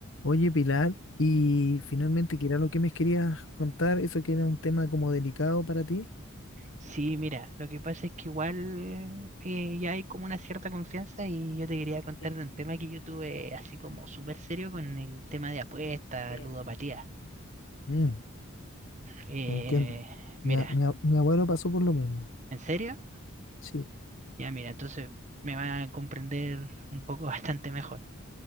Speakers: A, on the left (about 60°); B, on the right (about 35°).
A: Oye, Pilar, y finalmente, ¿qué era lo que me querías contar? Eso que era un tema como delicado para ti.
B: Sí, mira, lo que pasa es que igual eh, ya hay como una cierta confianza y yo te quería contar
A: Sí,
B: de un tema que yo tuve así como súper serio con el tema de apuestas,
A: eh,
B: ludopatía.
A: Mm,
B: Eh,
A: te entiendo.
B: mira,
A: Mi, a- mi a- mi abuelo pasó por lo mismo.
B: ¿en serio?
A: Sí.
B: Ya, mira, entonces me va a comprender un poco <laughs> bastante mejor.